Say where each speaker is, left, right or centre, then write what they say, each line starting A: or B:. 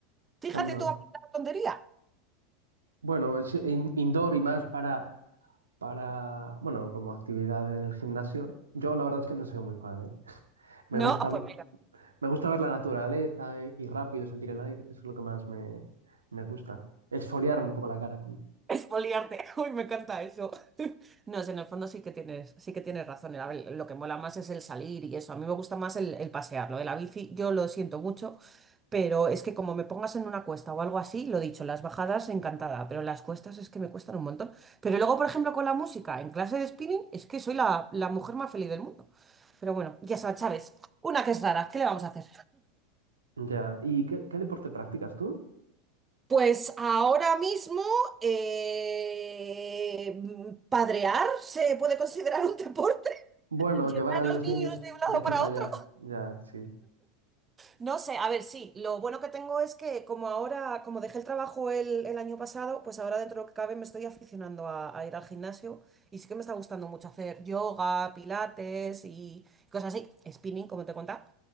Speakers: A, on the right; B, on the right.
A: Fíjate
B: Anda.
A: tú, a la tontería.
B: Bueno, es in- indoor y más para, para, bueno, como actividad en el gimnasio. Yo la verdad es que no soy muy fan, ¿eh? Me
A: No,
B: gusta
A: ah, pues
B: Me gusta ver la naturaleza y, y rápido sentir el aire, eso es lo que más me, me gusta. Exfoliarme un poco la cara.
A: Expoliarte. <laughs> Uy, me encanta eso. <laughs> No sé, en el fondo sí que tienes, sí que tienes razón. a ver, lo que mola más es el salir y eso. A mí me gusta más el, el pasear. Lo de la bici, yo lo siento mucho, pero es que como me pongas en una cuesta o algo así, lo dicho, las bajadas encantada, pero las cuestas es que me cuestan un montón. Pero luego, por ejemplo, con la música, en clase de spinning, es que soy la, la mujer más feliz del mundo. Pero bueno, ya sabes, Chávez, una que es rara, ¿qué le vamos a hacer?
B: Ya. ¿Y qué, qué deporte practicas tú?
A: Pues ahora mismo eh, padrear se puede considerar un deporte,
B: Bueno,
A: <laughs> llevar
B: llevar a los
A: a los
B: niños
A: niños de un lado
B: de aquí
A: para
B: para
A: otro.
B: allá. Ya, sí.
A: No sé, a ver, sí, lo bueno que tengo es que como ahora, como dejé el trabajo el, el año pasado, pues ahora dentro de lo que cabe me estoy aficionando a, a ir al gimnasio y sí que me está gustando mucho hacer yoga, pilates y cosas así, spinning, como te contaba.